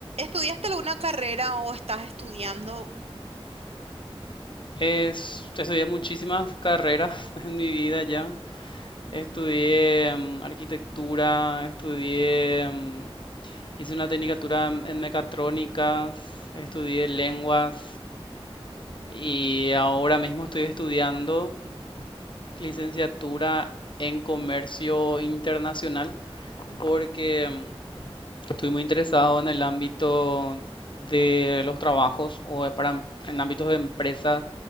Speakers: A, on the right (about 80°); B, on the left (about 50°).
A: ¿Estudiaste alguna carrera o estás estudiando?
B: Es, estudié muchísimas carreras <laughs> en mi vida ya. Estudié mm, arquitectura, estudié, mm, hice una tecnicatura en en mecatrónicas, estudié lenguas y ahora mismo estoy estudiando licenciatura en comercio internacional
A: Mm,
B: porque mm, Estoy muy interesado en el ámbito de los trabajos o de para, em- en ámbitos de empresas